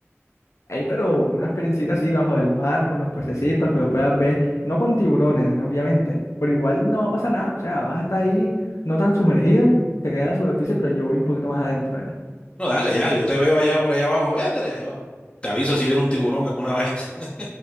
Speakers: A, on the left (about 80°); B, on the left (about 20°).
A: Ey, pero una experiencita así bajo el mar, con los pececitos, que lo puedas ver, no con tiburones, obviamente, pero igual no va a pasar nada, o sea, vas a estar ahí no tan sumergido, te quedas en la superficie, pero yo voy un poquito más adentro ya.
B: No, dale, ya, yo te veo allá por allá abajo, véndale, allá abajo. Te aviso si viene un tiburón, alguna vaina. <laughs>